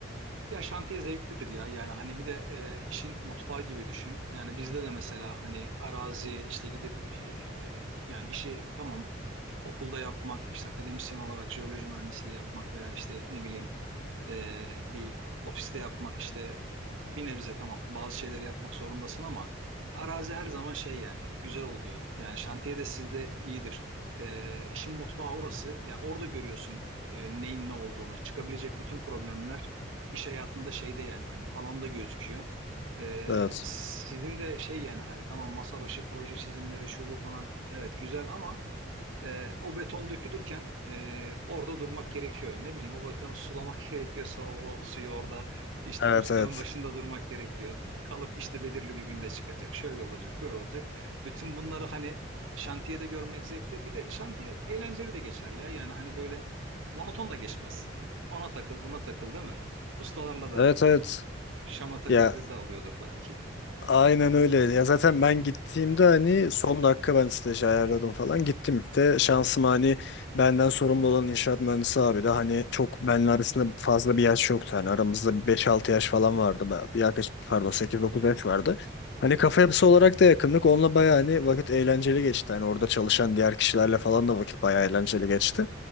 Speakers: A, on the right (about 80°); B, on the left (about 60°).
A: Ya şantiye zevklidir ya yani hani bir de e, işin mutfağı gibi düşün. Yani bizde de mesela hani arazi işte gidip e, e, yani işi tamam okulda yapmak işte akademisyen olarak jeoloji mühendisliği yapmak veya işte ne bileyim Ee, bir ofiste yapmak işte bir nebze tamam bazı şeyleri yapmak zorundasın ama arazi her zaman şey yani güzel oluyor. Yani şantiye de sizde iyidir. Ee, işin mutfağı orası. Yani orada görüyorsun e, neyin ne olduğunu. Çıkabilecek bütün problemler iş hayatında şeyde yani hani alanda gözüküyor. Ee,
B: Evet.
A: sizin de şey yani hani tamam masa başı proje çizimleri şu bu falan evet güzel ama e, o beton dökülürken e, orada durmak gerekiyor. Ne bileyim o betonu sulamak <laughs> gerekiyorsa o, o suyu orada işte
B: Evet
A: ustanın
B: evet.
A: başında durmak gerekiyor. Kalıp işte belirli bir günde çıkacak. Şöyle olacak, böyle olacak. Bütün bunları hani şantiyede görmek zevkli. Bir de şantiye eğlenceli de geçer ya. Yani hani böyle monoton da geçmez. E, Ona takıl, buna takıl değil mi? Ustalarla da
B: Evet
A: gır,
B: evet.
A: şamata
B: Ya
A: gırgır da alıyordur belki.
B: Aynen öyle. Ya zaten ben gittiğimde hani son dakika ben stajı ayarladım falan. Gittim de şansım hani benden sorumlu olan inşaat mühendisi abi de hani çok benle arasında fazla bir yaş yoktu. Hani aramızda bir 5-6 yaş falan vardı. Ben- Yaklaşık pardon sekiz dokuz yaş vardı. Hani kafa yapısı olarak da yakınlık. Onunla bayağı hani vakit eğlenceli geçti. Hani orada çalışan diğer kişilerle falan da vakit bayağı eğlenceli geçti.